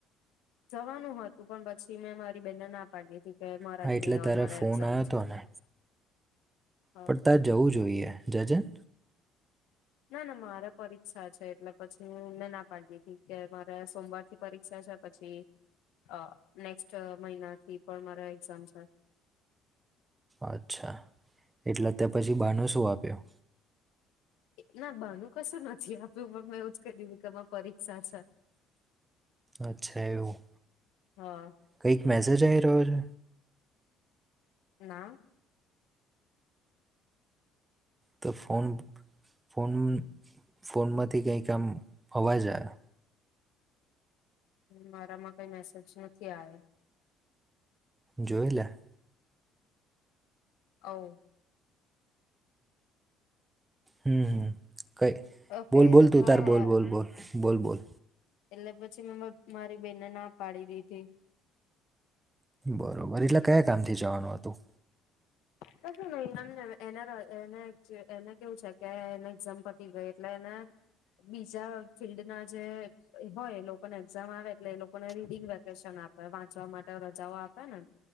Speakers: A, on the left; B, on the right.
A: જવાનું હતું, પણ પછી મેં મારી બેન ના પાડ દીધી કે મારાથી
B: હા એટલે
A: નહી અવાય
B: તારે
A: મારે
B: ફોન
A: એક્ઝામ
B: આવ્યો હતો
A: છે.
B: ને
A: હા
B: પણ ત્યાં જવું જોઈએ, જજેન.
A: ના, ના મારે પરીક્ષા છે એટલે પછી <unintelligible> ના પાડ દીધી કે મારે સોમવારથી પરીક્ષા છે, પછી અહ નેક્સ્ટ મહિનાથી પણ મારે એક્ઝામ છે.
B: અચ્છા. એટલે અત્યાર પછી બહાનો શું આપ્યો?
A: ના બહાનું કશું નથી આપ્યું, પણ મેં એવુંજ કહી દીધું કે માર પરીક્ષા છે.
B: અચ્છા એવું,
A: હા.
B: કઈક મેસેજ ધાર <unintelligible>
A: ના.
B: તો ફોન ફોન ફોનમાંથી કંઈક આમ અવાજ આવે.
A: મારામાં કઈ મેસેજ નથી આવે.
B: જોઈલે.
A: ઓ.
B: હમ હમ. કઈ
A: ઓકે
B: બોલ બોલ તુંતાર
A: હા હા
B: બોલ બોલ બોલ. બોલ બોલ.
A: એટલે પછી મેં મારી બેનને ના પાડી દીધી.
B: બરોબર એટલે કયા કામથી જવાનું હતું?
A: કશું નહી, એમને એ એને એને કેવું છે કે એને એક્ઝામ પતી ગઈ, એટલે એને બીજા ફિલ્ડ ના જે હોય લોકોને એક્ઝામ આવે. એટ લોકોને રીડિંગ વેકેશન આપે. વા માટે રજાઓ આપે ને,